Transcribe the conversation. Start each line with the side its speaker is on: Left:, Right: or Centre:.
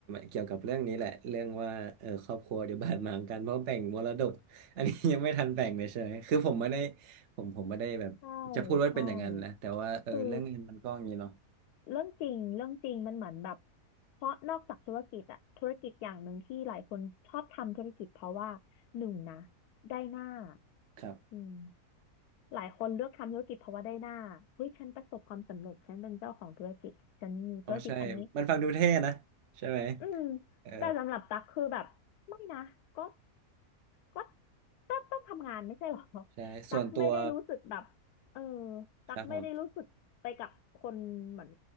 Right: เกี่ยวกับเรื่องนี้แหละเรื่องว่าเออครอบครัวเดี๋ยวบาดหมางกันเพราะแบ่งมรดกอันนี้ยังไม่ทันแบ่งเลยเฉยคือผมไม่ได้ผมผมไม่ได้แบบจะพูดว่าเป็นอย่างนั้นนะแต่ว่าเออเรื่องเงินมันก็อย่างนี้เนาะ
Left: ใช่ใช่คือเรื่องจริงเรื่องจริงมันเหมือนแบบเพราะนอกจากธุรกิจอะธุรกิจอย่างหนึ่งที่หลายคนชอบทำธุรกิจเพราะว่าหนึ่งนะได้หน้า
Right: ครับ
Left: อืมหลายคนเลือกทำธุรกิจเพราะว่าได้หน้าเฮ้ยฉันประสบความสำเร็จฉันเป็นเจ้าของธุรกิจฉันมีธุรกิจอันนี้
Right: อ๋อใช่มันฟังดูเท่นะใช่ไหม
Left: อืม
Right: เออ
Left: แต่สำหรับตั๊กคือแบบไม่นะก็ก็ตักต้องทำงานไม่ใช่หรอ <laughs>
Right: ใช่ส่วนตัว
Left: ตั๊กไม่ได้รู้สึกแบบเออตั๊กไม่ได้รู้สึกไปกับคนเหมือน
Right: ครับผม